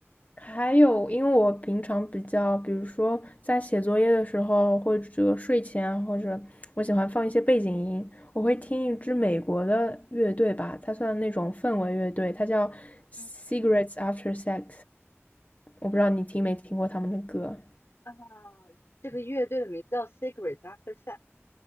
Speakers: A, on the left; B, on the left.
A: 还有，因为我平常比较，比如说在写作业的时候，或者睡前啊或者我喜欢放一些背景音，我会听一支美国的乐队吧，它算那种氛围乐队，它叫 Cigarettes
B: 嗯
A: After Sex。我不知道你听没听过他们的歌，
B: 啊，这个乐队的名字叫 s e c r e t After Sex。